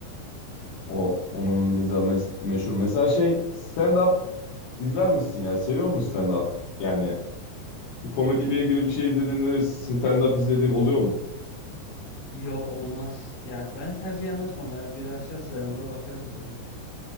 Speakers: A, on the left; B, on the left.
A: O onun bize mes- meşhur. Mesela şey stand-up izler misin ya? Seviyor musun stand-up? Yani bir komediyle ilgili bir şey izlediğinde stand-up izlediğin oluyor mu?
B: Yok olmaz. Yani ben tercihen açmam. Eğer biri açarsa yanımda bakarım tabii.